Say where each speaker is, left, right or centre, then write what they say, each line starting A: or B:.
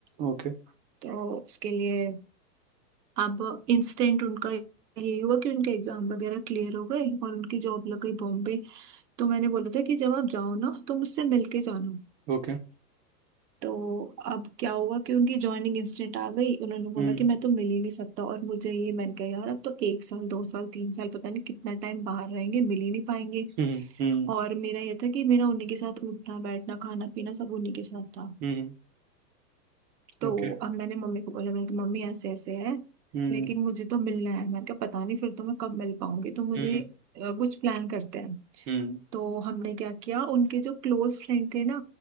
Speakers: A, on the right; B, on the right.
A: ओके
B: तो उसके लिए अब इंस्टेंट उनका यही हुआ कि उनके एग्जाम वगैरह क्लियर हो गए और उनकी जॉब लग गई बॉम्बे तो मैंने बोला था कि जब आप जाओ ना तो मुझसे मिल के जाना
A: ओके
B: तो अब क्या हुआ कि उनकी ज्वाइनिंग इंस्टेंट आ गई उन्होंने
A: हम्म
B: बोला कि मैं तो मिल ही नहीं सकता और मुझे ये मैंने कहा यार अब तो एक साल दो साल तीन साल पता नहीं कितना टाइम बाहर रहेंगे मिल ही नहीं पाएंगे
A: हम्म हम्म
B: और मेरा ये था कि मेरा उन्हीं के साथ उठना बैठना खाना पीना सब उन्हीं के साथ था
A: हम्म
B: तो
A: ओके
B: अब मैंने मम्मी को बोला मैंने कहा मम्मी ऐसे ऐसे है
A: हम्म
B: लेकिन मुझे तो मिलना है मैंने कहा पता नहीं फिर तो मैं कब मिल पाऊंगी तो मुझे
A: हम्म
B: अ, कुछ प्लान करते हैं
A: हम्म
B: तो हमने क्या किया उनके जो क्लोज फ्रेंड थे ना